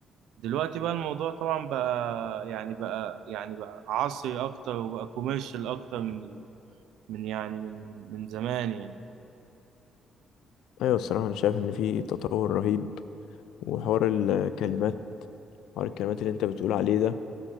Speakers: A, on the right (about 80°); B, on the left (about 85°).
A: دلوقتي بقى الموضوع طبعا بقى يعني بقى يعني بقى عصري أكتر وبقى كوميرشال أكتر من ال- من يعني من من زمان يعني
B: ايوه الصراحه انا شايف ان في تطور رهيب وحوار الكلمات حوار الكلمات اللي انت بتقول عليه ده